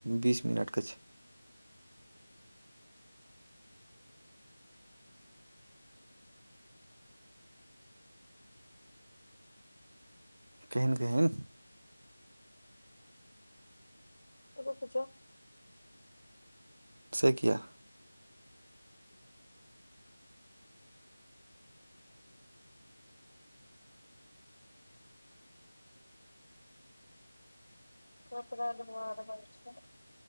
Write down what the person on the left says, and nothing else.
रुकि जो
कपड़ा धुआ रहल छै